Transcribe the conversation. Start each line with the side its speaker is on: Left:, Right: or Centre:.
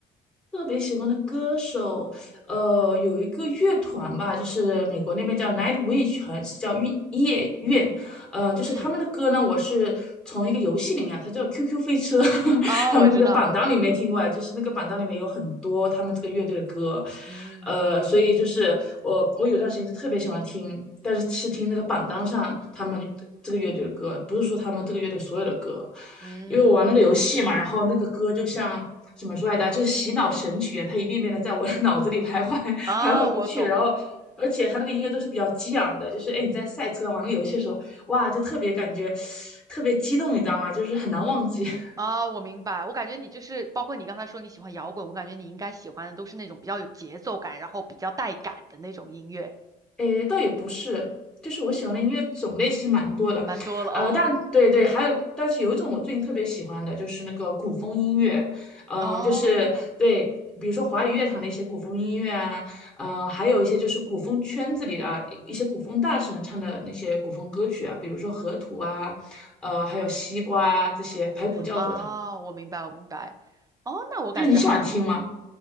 Centre: 特别喜欢的歌手，呃，有一个乐团吧，就是美国那边叫 Nightwish，好像是叫夜夜愿呃，就是他们的歌呢，
Right: 嗯，
Centre: 我是从一个游戏里面啊它叫 QQ 飞车，<laughs>
Right: 啊，
Centre: 他们那个榜单里面听过来，
Right: 我知道，嗯
Centre: 就是那个榜单里面有很多他们这个乐队的歌，
Right: 嗯
Centre: 呃，所以就是我我有段时间就特别喜欢听，但是是听那个榜单上他们这个乐队的歌，不是说他们这个乐队所有的歌，
Right: 嗯，
Centre: 因为我玩那个游戏嘛，然后那个歌就像。怎么说来着？就是洗脑神曲一样，它一遍遍的在我的 <laughs> 脑子里徘徊，
Right: 啊，
Centre: 徘徊不去。
Right: 我懂。
Centre: 然后而且他那个音乐都是比较激昂的，就是哎你在赛车玩那个游戏的时候，哇，就特别感觉特别激动，你知道吗？就是很难忘记。<laughs>
Right: 啊，我明白。我感觉你就是，包括你刚才说你喜欢摇滚，我感觉你应该喜欢的都是那种比较有节奏感，然后比较带感的那种音乐，
Centre: 哎，倒也不是，就是我喜欢的音乐种类其实蛮多的，
Right: 蛮多了。哦
Centre: 呃，但对对，还有，但是有一种我最近特别喜欢的就是那个古风音乐，呃，
Right: 哦
Centre: 就是对。比如说华语乐坛的一些古风音乐啊，呃，还有一些就是古风圈子里的啊，一些古风大神唱的那些古风歌曲啊，比如说河图啊，呃，还有西瓜啊这些排骨教主啊
Right: 啊，我明白，我明白。哦，那我感觉还是，
Centre: 就是你喜欢听吗？